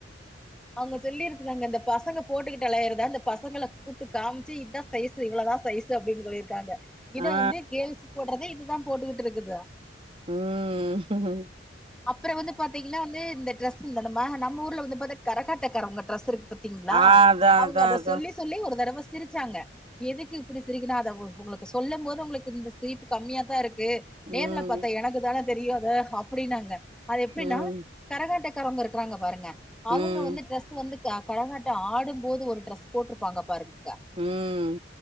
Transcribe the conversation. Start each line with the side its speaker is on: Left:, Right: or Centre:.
Centre: அவுங்க சொல்லிருக்குறாங்க இந்த பசங்க போட்டுகிட்டு அலயுறத அந்த பசங்கள கூட்டு காம்ச்சு இதா சைஸு இவ்ளோதா சைஸு அப்டினு சொல்லிருக்காங்க இது
Right: ஆ
Centre: வந்து கேள்ஸ் போட்றது இதுதா போட்டுகிட்டு இருக்குதா
Right: உம்
Centre: அப்றம் வந்து பாத்தீங்கன்னா வந்து இந்த ட்ரெஸ் <unintelligible> நம்ம ஊர்ல வந்து கரகாட்டக்காரவங்க ட்ரெஸ் இருக்கு பாத்தீங்களா
Right: ஆ அதா
Centre: அவுங்க
Right: அதா
Centre: அத
Right: அதா
Centre: சொல்லி சொல்லி ஒரு தடவ சிரிச்சாங்க எதுக்கு இப்டி சிரிக்கா உங்களுக்கு சொல்லும் போது உங்களுக்கு இந்த சிரிப்பு கம்மியா தான் இருக் கு
Right: ம்
Centre: நேர்ல பாத்தா எனக்கு தான தெரியாதா அப்டின்னா ங்க அது எப்டின்னா
Right: ம்
Centre: கரகாட்ட காரங்க இருக்ராருங்க பாருங்க
Right: ம்
Centre: அவுங்க வந்து ட்ரெஸ் வந்து கரகாட்டம் ஆடும்போது ஒரு ட்ரெஸ் போட்ருப்பாங்க பாருங்க
Right: உம்